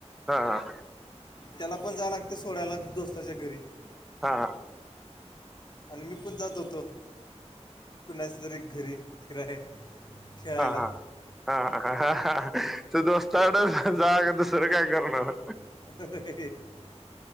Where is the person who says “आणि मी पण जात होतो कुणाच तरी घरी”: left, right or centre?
Left